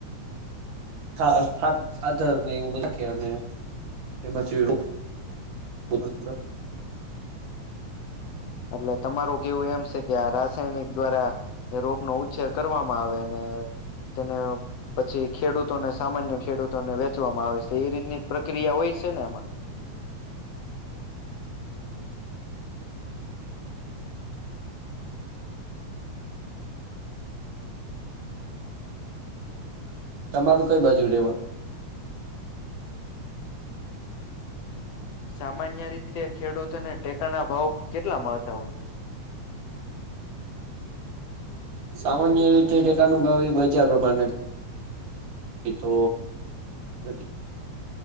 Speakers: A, on the right (about 80°); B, on the left (about 70°).
A: હા ખાતર ને એવું બધું નથી એમાંથી <inaudible>
B: એટલે તમારું કેવું એમ છે કે આ રાસાયણિક દ્વારા એ રોપ નો ઉછેર કરવામાં આવે અને તેને પછી ખેડૂતોને સામાન્ય ખેડૂતોને વેચવામાં આવે છે એ રીતની પ્રક્રિયા હોય છે આમા
A: તમારું કઈ બાજુ રેવાનું
B: સામાન્ય રીતે ખેડૂતોને ટેકાના ભાવ કેટલા મળતા હોય.
A: સામાન્ય રીતે ટેકા નો ભાવ એ બજાર પ્રમાણ તો નથી.